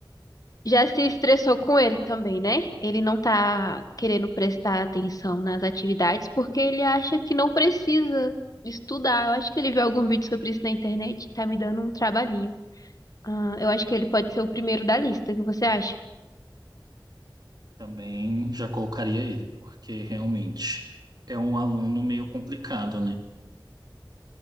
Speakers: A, on the left; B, on the right.
A: Já se estressou com ele também, né? Ele não tá querendo prestar atenção nas atividades porque ele acha que não precisa estudar. Eu acho que ele viu algum vídeo sobre isso na internet e tá me dando um trabalhinho. Ah, eu acho que ele pode ser o primeiro da lista, o que você acha?
B: Também já colocaria ele, porque realmente é um aluno meio complicado, né?